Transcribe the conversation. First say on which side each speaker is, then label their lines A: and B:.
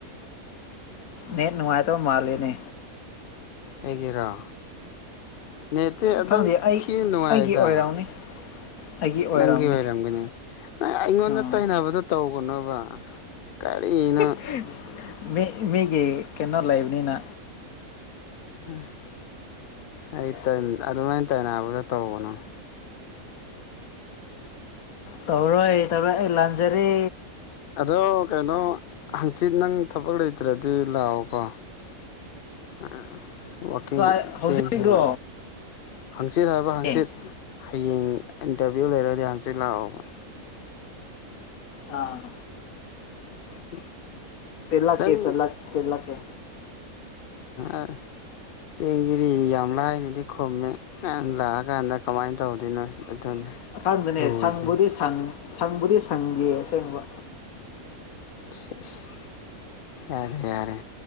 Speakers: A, on the left (about 80°); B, on the left (about 65°).
A: ꯅꯦꯠ ꯅꯨꯡꯉꯥꯏꯇꯕ ꯃꯥꯜꯂꯤꯅꯦ
B: ꯑꯩꯒꯤꯔꯣ ꯅꯦꯠꯇꯤ ꯑꯗꯨꯝ
A: ꯈꯪꯗꯦ ꯑꯩ
B: ꯊꯤꯅ ꯅꯨꯡꯉꯥꯏꯗ
A: ꯑꯩꯒꯤ ꯑꯣꯏꯔꯝꯅꯤ ꯑꯩꯒꯤ ꯑꯣꯏꯔꯝꯅꯤ
B: ꯅꯪꯒꯤ ꯑꯣꯏꯔꯝꯒꯅꯤ ꯅꯪ ꯑꯩꯉꯣꯟꯗ
A: ꯑꯥ
B: ꯇꯩꯅꯕꯗꯣ ꯇꯧꯒꯅꯨꯕ ꯀꯔꯤꯅꯣ
A: <unintelligible> ꯃꯤ ꯃꯤꯒꯤ ꯀꯩꯅꯣ ꯂꯩꯕꯅꯤꯅ
B: ꯎꯝ ꯑꯩ <unintelligible> ꯑꯗꯨꯃꯥꯏꯅ ꯇꯥꯏꯅꯕꯗꯣ ꯇꯧꯒꯅꯣ
A: ꯇꯧꯔꯣꯏ ꯇꯧꯔꯣꯏ ꯑꯩ ꯂꯥꯟꯖꯔꯦ
B: ꯑꯗꯣ ꯀꯩꯅꯣ ꯍꯪꯆꯤꯠ ꯅꯪ ꯊꯕꯛ ꯂꯩꯇ꯭ꯔꯗꯤ ꯂꯥꯛꯑꯣꯀꯣ ꯑ ꯋꯥꯀꯤꯡ
A: ꯀꯥꯏ ꯍꯧꯖꯤꯛꯔꯣ
B: ꯆꯦꯟꯁꯦꯕ ꯍꯥꯡꯆꯤꯠ ꯍꯥꯏꯕ ꯍꯥꯡꯆꯤꯠ
A: ꯑꯦ
B: ꯍꯌꯦꯡ ꯏꯟꯇꯔꯚꯤꯌꯨ ꯂꯣꯏꯔꯒꯗꯤ ꯍꯥꯡꯆꯤꯠ ꯂꯥꯛꯑꯣꯕ
A: ꯑꯥ
B: <inaudible>
A: ꯆꯦꯜꯂꯛꯀꯦ
B: ꯅꯪ
A: ꯆꯜꯂꯛ ꯆꯦꯜꯂꯛꯀꯦ
B: ꯑ ꯆꯦꯡꯁꯤꯗꯤ ꯌꯥꯝ ꯂꯥꯏꯅꯗꯤ ꯈꯨꯝꯃꯦ ꯅꯪ ꯂꯥꯛꯑꯀꯥꯟꯗ ꯀꯃꯥꯏꯅ ꯇꯧꯗꯣꯏꯅꯣ ꯑꯗꯨꯅꯤ
A: <unintelligible>
B: ꯂꯨꯔꯤꯁꯦ
A: ꯁꯪꯕꯨꯗꯤ ꯁꯪ ꯁꯪꯕꯨꯗꯤ ꯁꯪꯗꯦ ꯑꯁꯦꯡꯕ
B: ꯁꯦꯆ ꯌꯥꯔꯦ ꯌꯥꯔꯦ